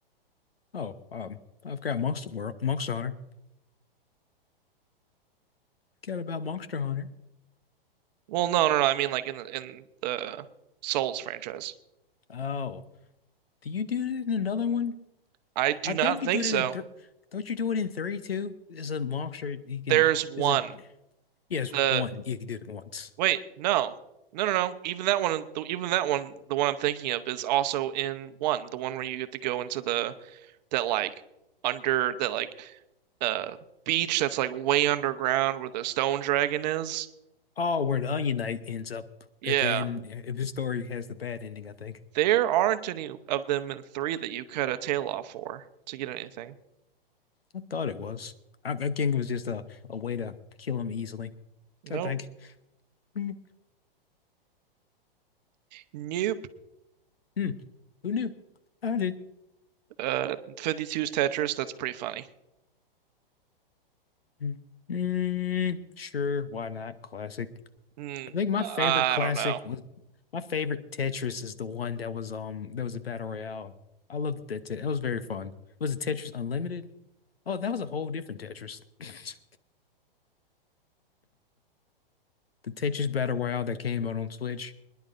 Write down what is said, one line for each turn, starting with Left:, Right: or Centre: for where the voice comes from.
Left: Oh, um, I've got Monster World, Monster Hunter. Got about Monster Hunter.
Right: Well, no, no, no. I mean like in the, in the Souls franchise.
Left: Oh, do you do it in another one?
Right: I do
Left: I
Right: not
Left: think you
Right: think
Left: do it
Right: so.
Left: in three. Don't you do it in three too? Is a monster you can
Right: There's one.
Left: is a yes
Right: The
Left: one Yeah, you can do it once.
Right: Wait, no. No, no, no. Even that one, the- even that one, the one I'm thinking of is also in one, the one where you get to go into the that like under that like uh beach that's like way underground where the stone dragon is.
Left: Oh, where the Onion Knight ends up
Right: Yeah.
Left: at the end if his story has the bad ending, I think.
Right: There aren't any of them in three that you cut a tail off for to get anything.
Left: I thought it was. I, I think it was just a, a way to kill him easily.
Right: Nope.
Left: I think. Mm,
Right: Nope.
Left: mm. Who knew? I did.
Right: Uh, fifty-two's Tetris, that's pretty funny.
Left: Mm, mm, sure, why not? Classic.
Right: Mm,
Left: I think my favorite
Right: I
Left: classic
Right: don't know.
Left: was my favorite Tetris is the one that was um that was a battle royale. I loved that. Te- that was very fun. Was it Tetris Unlimited? Oh, that was a whole different Tetris. <laughs> The Tetris battle royale that came out on Switch.